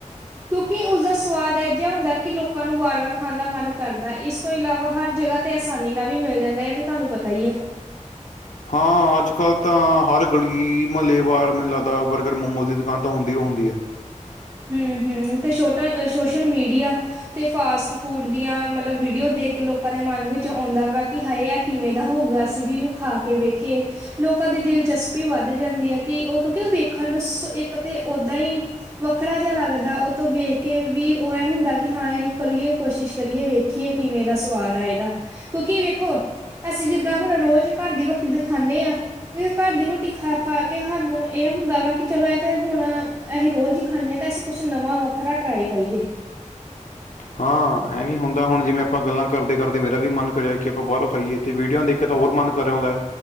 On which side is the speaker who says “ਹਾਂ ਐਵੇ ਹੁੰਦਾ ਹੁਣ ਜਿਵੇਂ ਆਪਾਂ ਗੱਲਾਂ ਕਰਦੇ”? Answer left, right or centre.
Left